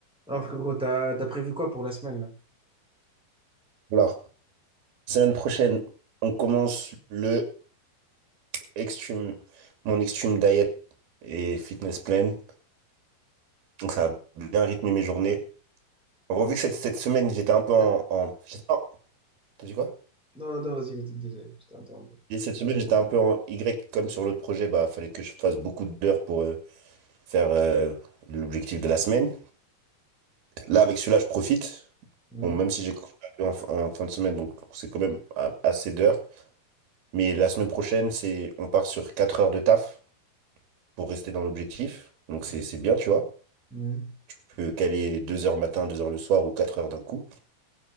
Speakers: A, in the centre; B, on the right.
A: Alors, gros, t'as t'as prévu quoi pour la semaine, là?
B: Alors, semaine prochaine, on commence le Extreme, mon Extreme Diet et Fitness Plan. Donc, ça a bien rythmé mes journées. En gros, vu que cette, cette semaine, j'étais un peu en,
A: Ah,
B: en- je sais pas, t'as dit quoi?
A: Non, non, non, vas-y, vas-y, désolé, je t'ai interrompu.
B: Et Cette semaine, j'étais un peu en Y comme sur l'autre projet. Bah, fallait que je fasse beaucoup d'heures pour euh, faire euh, l'objectif de la semaine. Là, avec celui-là, je profite.
A: Mhm,
B: Bon, même si j'ai couru en, en fin de semaine, donc c'est quand même a- assez d'heures. Mais la semaine prochaine, c'est, on part sur quatre heures de taf. pour rester dans l'objectif. Donc c'est c'est bien, tu vois.
A: mhm,
B: Tu peux caler 2 heures le matin, 2 heures le soir ou 4 heures d'un coup.